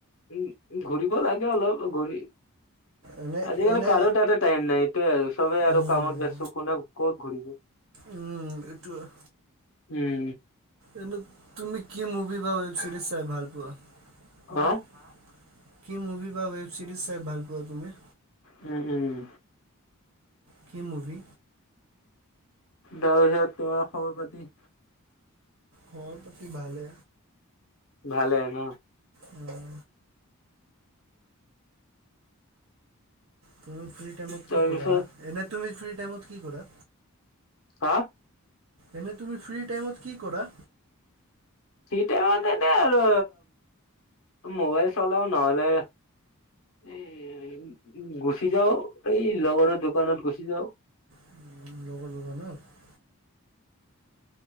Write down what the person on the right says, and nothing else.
এনে
এনে
উম,
উম, এইটো হয়।
এনে তুমি কি মুভি বা ৱেব ছিৰিজ চাই ভাল পোৱা, অ'।
কি মুভি বা ৱেব ছিৰিজ চাই ভাল পোৱা তুমি?
কি মুভি?
খৱৰ-পাতি ভালে।
উম। তুমি ফ্ৰী টাইমত
কি কৰা? এনে, তুমি ফ্ৰী টাইমত কি কৰা?
এনে, তুমি ফ্ৰী টাইমত কি কৰা?
উম, লগৰ দোকানত।